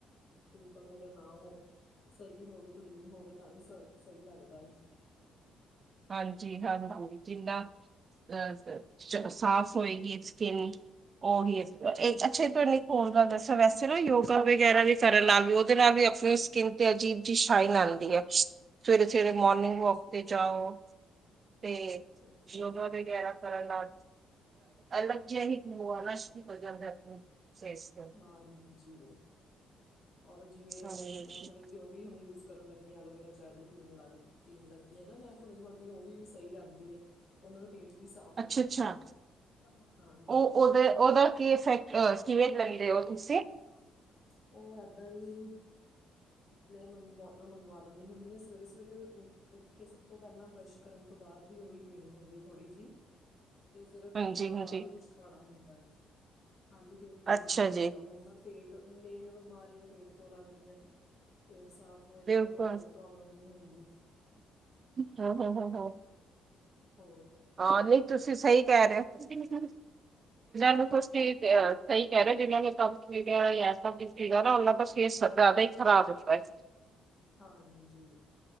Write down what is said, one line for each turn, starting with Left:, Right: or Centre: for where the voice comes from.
Left: ਪਿੰਪਲ ਵਗੈਰਾ ਨਾ ਹੋਣ। ਸਹੀ ਹੋਵੇ ਕਲੀਨ ਹੋਵੇ ਤਾਂ ਹੀ ਸ ਸਹੀ ਲੱਗਦਾ ਏ।
Right: ਹਾਂਜੀ ਹਾਂ ਹਾਂਜੀ ਜਿੰਨਾ ਅਹ ਸਾਫ਼ ਹੋਏਗੀ ਸਕਿਨ। ਉਓਹੀ ਅੱਛਾ ਤੁਹਾਡੇ ਇੱਕ ਹੋਰ ਗੱਲ ਦੱਸਿਆ ਵੈਸੇ ਨਾ ਯੋਗਾ ਵਗੈਰਾ ਵੀ ਕਰਨ ਨਾਲ ਵੀ ਉਹਦੇ ਨਾਲ ਵੀ ਅ ਕਿ ਤੇ ਅਜੀਬ ਜਿ ਸ਼ਾਈਨ ਆਉਂਦੀ ਹੈ ਸਵੇਰੇ ਸਵੇਰੇ ਮੋਰਨਿੰਗ
Left: ਹਾਂਜੀ
Right: ਵਾਕ ਤੇ ਜਾਓ। ਤੇ
Left: ਉਹ ਤਾਂ
Right: ਯੋਗਾ
Left: ਹੈ
Right: ਵਗੈਰਾ ਕਰਨ ਨਾਲ। ਅਲਗ ਜ ਹੀ ਗਿਲੋਅ ਸ਼ੁਰੂ ਹੋ ਜਾਂਦਾ ਫੇਸ ਤੈ।
Left: ਹਾਂਜੀ ਔਰ ਜਿਵੇਂ
Right: ਹਾਂਜੀ।
Left: ਮੈਂ ਥੋੜੀ ਜਿ ਉਹ ਵੀ ਹੁਣ ਯੂਜ। ਕਰਨ ਲੱਗ ਐਲੋਵੇਰਾ ਜੈਲ ਪੀਣ ਲੱਗ ਗਿ ਪੀਣ ਲੱਗੀ ਆ ਨਾ ਮੈਂ ਥੋੜ੍ਹੀ ਮੋਟੀ ਹੋਗੀ, ਵੀ ਸਹੀ ਰਹਿੰਦੀ ਹੈ ਉਹਨਾਂ ਪੇਟ ਵੀ ਸਾਫ਼
Right: ਅੱਛਾ
Left: ਰਹਿੰਦਾ
Right: ਅੱਛਾ
Left: ਹੈ, ਹਾਂਜੀ।
Right: ਉਹ ਉਹਦੇ ਉਹਦਾ ਕੀ ਇਫ ਕਿਵੇਂ ਲੈਂਦੇ ਹੋ ਤੁਸੀਂ?
Left: <unintelligible> ਓ ਏਦਾਂ ਹੀ ਨੀ। ਮੈਂ ਮੰਗਵਾ ਬੋਟਲ ਮੰਗਵਾ ਲੈਨੀ ਹੁੰਨੀ ਆ ਸਵੇਰੇ-ਸਵੇਰੇ ਓ ਉੱਠ ਕੇ, ਸਭ ਤੋਂ ਪਹਿਲਾਂ ਬਰੱਸ਼ ਕਰਨ ਤੋਂ ਬਾਅਦ ਵੀ ਉਹੀ ਪੀਣੀ ਹੁੰਦੀ ਹੈ ਥੋੜੀ ਜਿਹੀ। ਤੇ ਫੇਰ
Right: ਹਾਂਜੀ
Left: ਘੰਟਾ ਬਾਅਦ
Right: ਹਾਂਜੀ
Left: ਕੁਛ ਖਾਣਾ ਹੁੰਦਾ, ਖਾਲੀ ਪੇਟ ਵੀ
Right: ਅੱਛਾ
Left: ਨੀ ਹੁੰਦਾ।
Right: ਜੀ
Left: ਹੁਨਂ ਨਾ ਪੇਟ ਮੇਨ ਬਿਮਾਰੀਆਂ ਪੇਟ ਤੋਂ ਲੱਗਦੀਆਂ ਪੇਟ ਸਾਫ਼ ਹੋਏਗਾ
Right: ਬਿਲਕੁਲ
Left: ਤਾਂ ਫਿਰ ਕੋਈ ਪ੍ਰੋਬਲਮ ਨਹੀਂ ਹੁੰਦੀ।
Right: ਹੂੰ-ਹੂੰ-ਹੂੰ।
Left: ਹੋ
Right: ਹਾ, ਨੀ ਤੁਸੀਂ ਸਹੀ ਕਹਿ ਰਹੇ। ਜਿਨਾਂ ਨੂੰ ਤੁਸੀ ਸਹੀ ਕਹਿ ਰਹੇ ਹੋ ਜਿਹਨਾਂ ਨੂੰ ਕਬਜ ਸੀਗਾ ਗੈਸ ਸੀਗਾ ਨਾ ਉਨਾ ਤਾਂ ਫੇਸ ਜ਼ਿਆਦਾ ਹੀ ਖਰਾਬ ਹੁੰਦਾ ਹੈ।
Left: ਹਾਂਜੀ।